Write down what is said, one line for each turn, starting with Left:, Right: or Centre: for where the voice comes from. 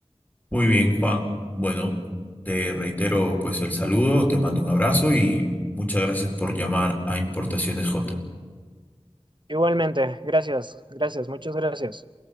Left: Muy bien, Juan. Bueno, te reitero pues el saludo, te mando un abrazo y muchas gracias por llamar a Importaciones J.
Right: Igualmente, gracias, gracias, muchas gracias.